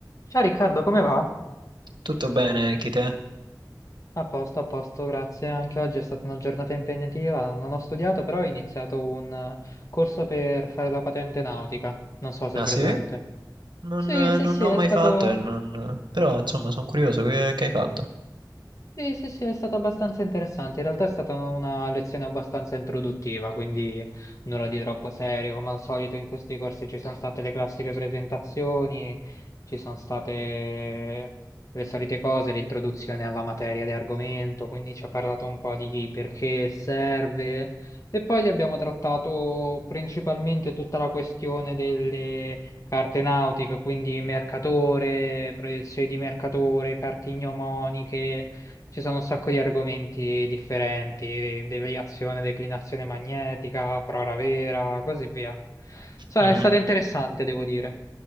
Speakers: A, on the left; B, on the right.
A: Ciao Riccardo, come va?
B: Tutto bene anche te?
A: A posto, a posto, grazie. Anche oggi è stata una giornata impegnativa. Non ho studiato, però ho iniziato un eh, corso per fare la patente nautica. Non so se
B: Ah
A: hai presente.
B: sì? Non,
A: Sì,
B: eh,
A: sì,
B: non
A: sì,
B: ho
A: è
B: mai
A: stato
B: fatto e non... Però insomma sono curioso che, che hai fatto.
A: Sì, sì, sì, è stato abbastanza interessante. In realtà è stata una lezione abbastanza introduttiva, quindi nulla di troppo serio. Come al solito in questi corsi ci sono state le classiche presentazioni, ci sono state le solite cose, l'introduzione alla materia di argomento, quindi ci ha parlato un po' di perché serve. E poi abbiamo trattato principalmente tutta la questione delle carte nautiche, quindi mercatore, proiezioni di mercatore, carte ignomoniche ci sono un sacco di argomenti differenti, de- deviazione, declinazione magnetica, prora vera, così via. Insomma,
B: Mhm,
A: è stato interessante, devo dire.